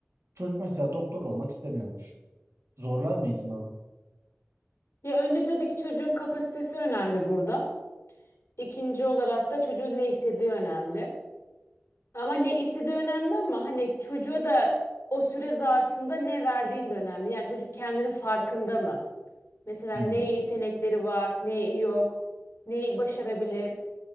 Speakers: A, on the right (about 85°); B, on the left (about 80°).
A: Çocuk mesela doktor olmak istemiyormuş. Zorlar mıydın onu?
B: Ya önce tabii ki çocuğun kapasitesi önemli burada. İkinci olarak da çocuğun ne istediği önemli. Ama ne istediği önemli ama hani çocuğa da o süre zarfında ne verdiğin de önemli. Yani çocuk kendinin farkında mı? Mesela
A: Hmm,
B: ne yetenekleri var, ne yok, neyi başarabilir.